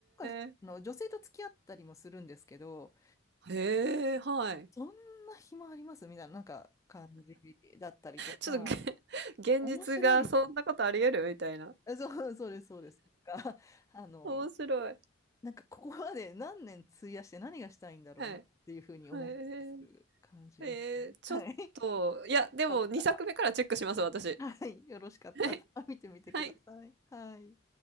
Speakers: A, on the left; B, on the right.
A: とか、
B: え。
A: あの女性と付き合ったりもするんですけど、
B: へえ、はい。
A: そんな暇ありますみたいな、なんか感じだったりとか、
B: ちょっとげ
A: 面白い。
B: <laughs> 現実がそんなことあり得るみたいな。
A: あそう、そうです、そうです。が、<laughs> あの、
B: 面白い。
A: なんかここまで何年費やして何がしたいんだろうなっていうふうに思ったりする感じですね。
B: はい。はい。えーえーちょっと、
A: はい。よ
B: いや、でも2作目からチェックします、
A: かったら、
B: 私。
A: はい、よろしかったら見てみてください。
B: はい。はい。
A: はい。